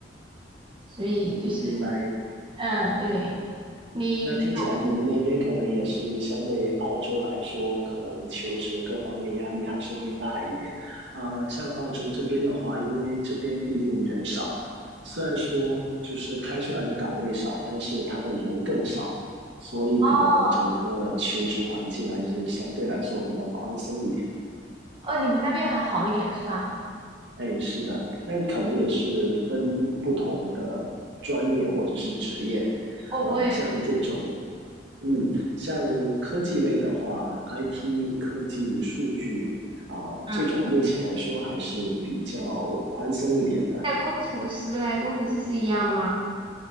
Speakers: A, on the right; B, on the right.
A: 所以就是
B: 嗯，明白
A: 嗯，对，你有
B: 那听起来你们那边可能也是相对于澳洲来说，可能求职各方面压力还是会大一点。啊，像澳洲这边的话，因为这边毕竟人少嘛，虽然说就是开出来的岗位少，但是他的人更少，所以可能整个求职环境还是相对来说比较宽松一点。
A: 哦哦，你们那边还好一点是吧？
B: 哎，是的，那可能也是分不同的专业或者是职业，
A: 哦，
B: 啊、
A: 我也觉得，
B: 像这种，嗯，像科技类的话，IT 科技数据啊、
A: 嗯，
B: 这种目前来说还是比较宽松一点的。
A: 那工程师嘞，工程师是一样的吗？